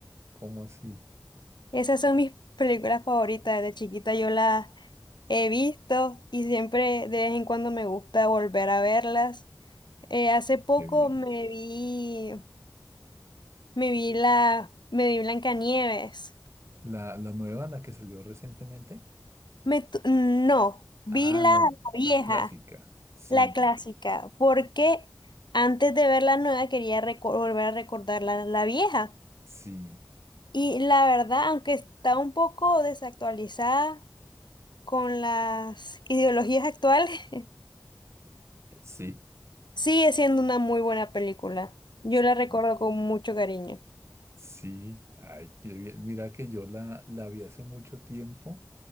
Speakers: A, on the right; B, on the left.
A: ¿Cómo así?
B: Esas son mis películas favoritas. Desde chiquita yo las he visto y siempre de vez en cuando me gusta volver a verlas. Eh, hace poco
A: Qué bien.
B: me vi, me vi la, me vi Blancanieves.
A: ¿La, la nueva, la que salió recientemente?
B: Me tu- no, vi
A: Ah,
B: la,
A: no,
B: la
A: la,
B: vieja,
A: la clásica. Sí,
B: la clásica, porque antes de ver la nueva quería reco- volver a recordar la, la vieja.
A: sí,
B: Y la verdad, aunque está un poco desactualizada con las ideologías actuales. <laughs>
A: sí.
B: Sigue siendo una muy buena película. Yo
A: sí.
B: la recuerdo con mucho cariño.
A: Sí, ay, qué bien. Mira que yo la, la vi hace mucho tiempo,